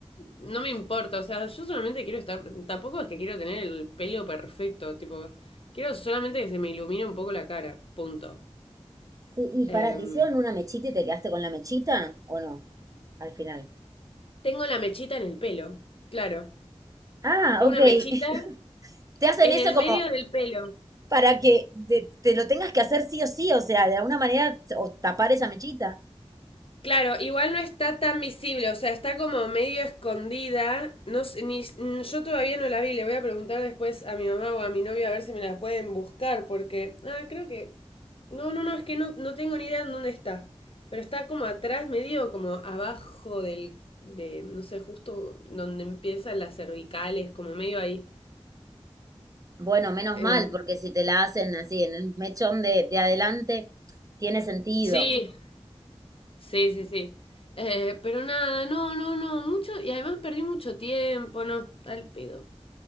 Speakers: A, on the left; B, on the right.
A: no me importa. O sea, yo solamente quiero estar. Tampoco es que quiero tener el pelo perfecto. Tipo, quiero solamente que se me ilumine un poco la cara. Punto.
B: Sí, y
A: Em,
B: para, ¿te hicieron una mechita y te quedaste con la mechita o no? Al final.
A: tengo la mechita en el pelo. Claro.
B: Ah,
A: Tengo
B: ok.
A: una mechita
B: <laughs> Te hacen
A: en
B: eso
A: el medio
B: como
A: del pelo.
B: para que te, te lo tengas que hacer sí o sí, o sea, de alguna manera o tapar esa mechita.
A: Claro, igual no está tan visible, o sea, está como medio escondida. No, sé, ni, n- yo todavía no la vi, le voy a preguntar después a mi mamá o a mi novio a ver si me la pueden buscar, porque. Ah, creo que. No, no, no, es que no, no tengo ni idea en dónde está. Pero está como atrás, medio como abajo del. de, no sé, justo donde empiezan las cervicales, como medio ahí.
B: Bueno, menos
A: Em,
B: mal, porque si te la hacen así en el mechón de, de adelante, tiene sentido.
A: sí, sí, sí, sí. Eh, pero nada, no, no, no, mucho, y además perdí mucho tiempo, no, al pedo.